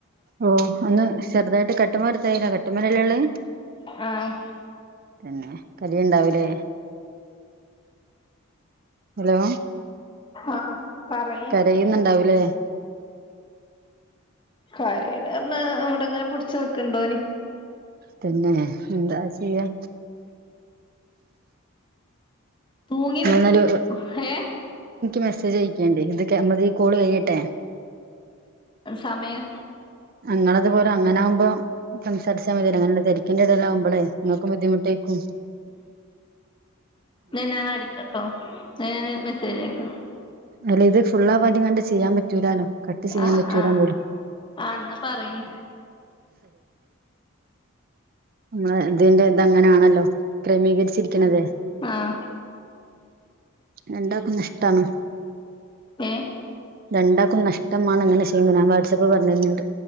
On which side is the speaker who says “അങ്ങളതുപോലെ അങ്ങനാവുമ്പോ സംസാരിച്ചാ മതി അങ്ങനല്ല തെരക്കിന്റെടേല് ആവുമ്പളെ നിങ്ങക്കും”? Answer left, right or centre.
Right